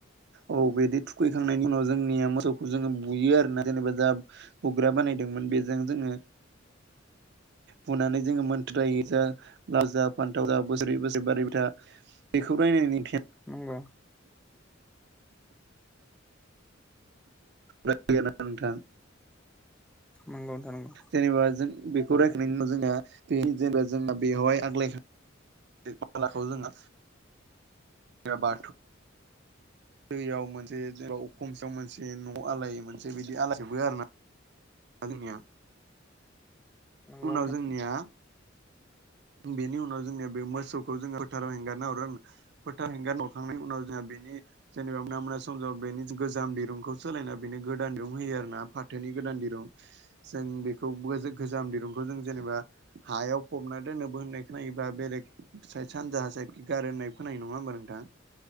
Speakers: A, on the right; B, in the centre.
A: औ बिदि थुखैखांनायनि उनाव जोंनिया मोसौखौ जोंङो बुयो आरोना जेनेबा जा खुग्रा बानायदोंमोन बेजों जोंङो बुनानै जोंङो मोनथोर रायो जा लाव जाब फान्थाव जा बोसोरै बोसोरै बारैबाय था बेखौ रायनानै फिन
B: नंगौ।
A: नेथ गैया नामा नोंथां
B: नंगौ नोंथां नंगौ
A: जेनेबा जों बे रायखनायनि उनाव जोंना बे जेनेबा जोंना बेवहाय आग्लायखांनायखौ बे मालाखौ जोंङो <unintelligible> दैयाव मोनसे जेनेबा अखुमसेयाव मोनसे न' आलाय मोनसे बिदि आलायजोबो आरो ना। जोंनिया
B: नंगौ
A: उनाव जोंनिया बेनि उनाव जोंनिया बे मोसौखौ जोंङो फोथाराव हेंगारना हरो। फोथा हेंगार हरखांनायनि उनाव जोंहा बेनि जेनेबा मोना मोना समजाबा बेनि गोजाम दिरुंखौ सोलायना बेनो गोदान दिरुं होयो आरो ना फाथोनि गोदान दिरुं। जों बेखौ गोजाम दिरुंखौ जों जेनेबा हायाव फबनानै होननायबो खोनायोबा बेलेग साइ सानजाहा साइ गार होननायबो खोनायो नंङा होमबा नोंथां?